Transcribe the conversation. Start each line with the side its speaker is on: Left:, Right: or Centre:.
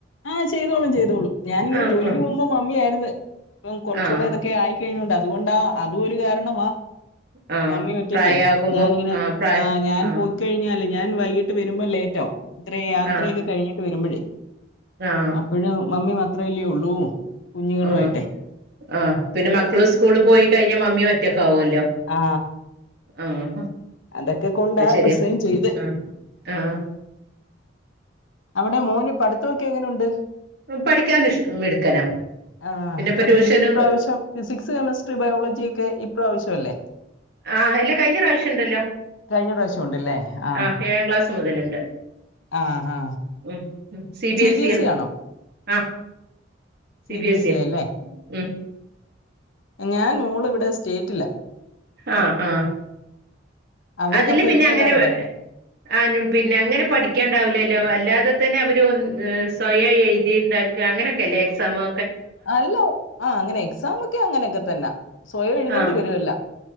Left: ആഹ് ചെയ്തോളും ചെയ്തോളും ഞാനിങ്ങനെ
Right: ആഹ്
Left: ജോലിക്ക്
Right: ആഹ്
Left: പോക്മ്പം മമ്മിയാര്ന്ന് ഇപ്പം കൊറച്ചുടെ
Right: ആഹ്
Left: ഇതൊക്കെ ആയി കഴിഞ്ഞകൊണ്ടാ അതുകൊണ്ടാ അതും ഒര് കാരണവാ
Right: ആഹ്
Left: മമ്മി ഒറ്റക്കെ
Right: പ്രായാകുമ്പോ
Left: ഞാനിങ്ങനെ
Right: ആഹ് പ്രായ
Left: ആ ഞാൻ
Right: ആഹ്
Left: പോയ്ക്കഴിഞ്ഞാല് ഞാൻ വൈകിട്ട് വരുമ്പ ലേറ്റ് ആവും ഇത്ര യാത്രയൊക്കെ
Right: ആഹ്
Left: കഴിഞ്ഞിട്ട് വരുമ്പഴേ
Right: ആഹ്
Left: അപ്പഴ്‌ മമ്മി മാത്രം അല്ലെ ഒള്ളൂഴ കുഞ്ഞുങ്ങള്
Right: ആഹ്
Left: ആയിട്ടേ
Right: ആഹ് പിന്നെ മക്കള് സ്കൂള് പോയി കഴിഞ്ഞ മമ്മി ഒറ്റക്ക് ആവ് ല്ലോ
Left: ആ
Right: ആഹ്
Left: അതൊക്കെ കൊണ്ടാ
Right: അത് ശെരിയാ
Left: റിസൈൻ ചെയ്തേ.
Right: ആഹ് ആഹ്
Left: അവ്ടെ മോന് പടുത്തം ഒക്കെ എങ്ങനെഒണ്ട്
Right: പഠിക്കാൻ മിടുക്കനാ
Left: ആ
Right: പിന്നെ ഇപ്പ
Left: യല്ല
Right: ട്യൂഷനും
Left: ഈ പ്രാവ്ശ്യം ഫിസിക്സ് കെമിസ്ട്രി ബയോളജി ഒക്കെ ഇ ക്കാവശം അല്ലെ
Right: ആഹ് എല്ലാ കഴിഞ്ഞ പ്രാവശ്യണ്ടല്ലോ
Left: കഴിഞ്ഞ പ്രാവശ്യം ഉണ്ടല്ലേ ആ
Right: ആഹ് ഏഴാം ക്ലാസ് മുതല്ണ്ട്
Left: ആ ആ
Right: ഉം C BS
Left: B
Right: E
Left: S
Right: യാണ്
Left: ആണോ
Right: ആഹ് C BS
Left: B S
Right: C
Left: E
Right: യാ
Left: ആയല്ലേ
Right: ഉം
Left: ഞാൻ മോള് ഇവ്ടെ സ്റ്റേറ്റിലാ
Right: ആഹ് ആഹ്
Left: അവർക്കപ്പൊ
Right: അതില് പിന്നെ
Left: ഇപ്പോഴാ
Right: അങ്ങനെ
Left: തുടങ്ങുന്നത്
Right: അ നു പിന്നെ അങ്ങനെ പഠിക്കാണ്ടാവില്ലല്ലോ വല്ലാതെ തന്നെ അവര് സ്വയം എഴുതി ണ്ടാക്ക അങ്ങനെയൊക്കെല്ലേ എക്സാമ്
Left: അല്ല ആഹ് അങ്ങനെ എക്സാമൊക്കെ അങ്ങനെക്കെതന്ന സ്വയം എഴുതണ്ടി
Right: ആഹ്
Left: വരുവെല്ലാം